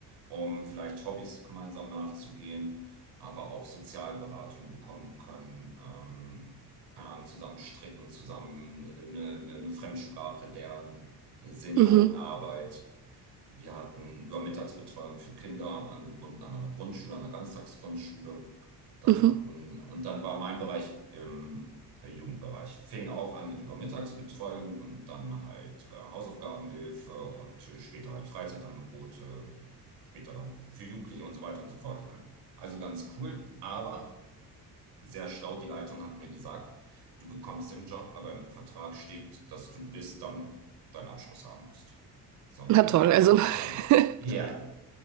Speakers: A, on the right; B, on the right.
A: um vielleicht Hobbys gemeinsam nachzugehen, aber auch Sozialberatung bekommen können, ähm, keine Ahnung, zusammen stricken, zusammen eine, eine Fremdsprache lernen, Seniorenarbeit.
B: mhm,
A: Wir hatten Übermittagsbetreuung für Kinder, angebunden an einer Grundschule, an einer Ganztagsgrundschule. Dann
B: mhm.
A: hatten, und dann war mein Bereich im Jugendbereich. Fing auch an mit Übermittagsbetreuung und dann halt äh, Hausaufgabenhilfe und äh, später halt Freizeitangebote, später dann für Jugendliche und so weiter und so fort. Also ganz cool, aber sehr schlau, die Leitung hat mir gesagt, du bekommst den Job, aber im Vertrag steht, dass du bis dann deinen Abschluss haben musst. Sonst
B: Na
A: geht
B: toll,
A: der Vertrag
B: also
A: nicht weiter.
B: <laughs>
A: Ja,